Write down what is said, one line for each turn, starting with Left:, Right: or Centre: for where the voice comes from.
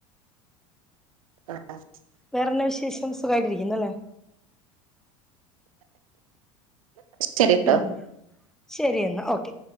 Right: ആ <unintelligible>
Centre: വേറെന്ന വിശേഷം സുഖമായിട്ടിരിക്കുന്നു അല്ലേ
Right: ശരിട്ടോ
Centre: ഉ ശരി എന്ന ഓക്കെ